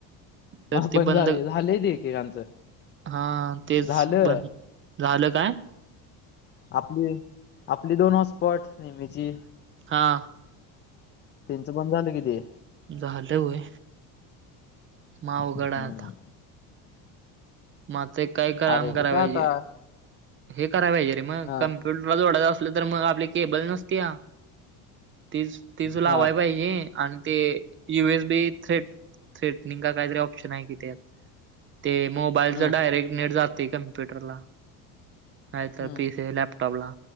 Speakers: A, on the right; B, on the left.
A: तर
B: मला
A: ते
B: पण
A: बंद
B: झालंय, झालंय ती एकेकांचं.
A: हा तेच
B: झालं
A: बंद झालं काय?
B: आपली आपली दोन हसपॉट नेहमीची.
A: हा.
B: त्यांचं बंद झालं की ते.
A: झालं होय. म अवघड
B: हम्म
A: आहे आता. मग ते काय काम
B: अरे
A: कराय
B: ते काय
A: पाहिजे.
B: आता
A: हे कराय पाहिजे रे मग
B: हा
A: कम्प्युटरला जोडायचं असलं तर मग आपली केबल नसते या. तीच तीच लावाय
B: हा
A: पाहिजे आणि ते युएसबी थ्रेट थ्रेटनिंग का कायतरी ऑप्शन आहे कि त्यात. ते मोबाईलच
B: हम्म
A: डायरेक्ट नेट जातंय कम्प्युटरला. नाही तर
B: हम्म
A: पीसे लॅपटॉपला